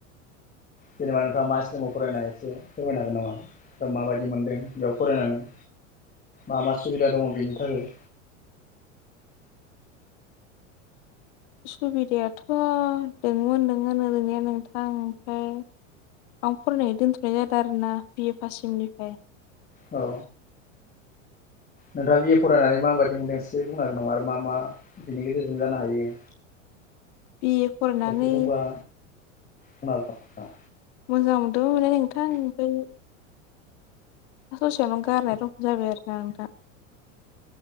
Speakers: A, on the left; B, on the left.
A: जेनेबा नोंथाङा मा स्ट्रिमाव फरायनाय एसे फोरमायनो हागोन नामा दा माबायदि मोनदों बेयाव फरायनानै मा मा सुबिदा दङ बेनि थाखाय
B: सुबिदायाथ' दंमोन दोङो ओरैनिया नोंथां ओमफ्राय आं फरायनाय दोनथ'नाय जादों आरोना बि ए पाससिएमनिफ्राय।
A: औ नोंथाङा बि ए फरायनानै माबायदि मोनदों एसे बुंनो हागोन नामा आरो मा मा? बिनि गेजेर जों जानो हायो।
B: बिए फरायनानै
A: एसे बुंबा बुंनो हागोन। नामा
B: मोजां मोनदोंमोनलाय नोंथां ओमफ्राय दा ससेयावनो गारनाय रखम जाबाय आरो नोंथां।